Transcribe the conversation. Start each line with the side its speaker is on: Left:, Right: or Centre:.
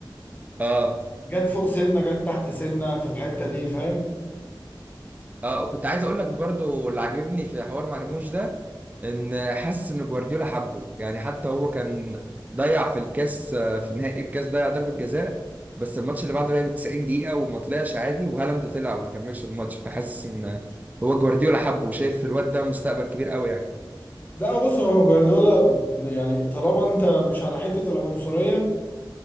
Right: اه
Left: جت فوق سنه جت تحت سنه في الحته دي فاهم
Right: اه كنت عايز اقول لك برضو اللي عاجبني في حوار مرموش ده ان حاسس ان جوارديولا حبه يعني حتى هو كان ضيع في الكاس آه، في نهائي الكاس ضيع ضربة جزاء بس الماتش اللي بعده لعب 90 دقيقة وما طلعش عادي وهالاند طلع وما كملش الماتش فحاسس ان هو جوارديولا حبه وشايف في الواد ده مستقبل كبير قوي يعني
Left: لا بص هو جوارديولا يعني طالما انت مش على حته العنصريه